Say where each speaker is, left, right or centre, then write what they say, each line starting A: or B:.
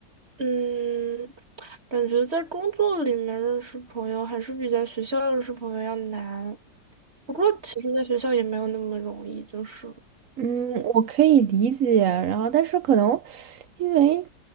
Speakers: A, on the right; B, on the right.
A: 嗯，感觉在工作里面认识朋友还是比在学校认识朋友要难，不过其实在学校也没有那么容易，就是。
B: 嗯，
A: 嗯，
B: 我可以理解。然后，但是可能因为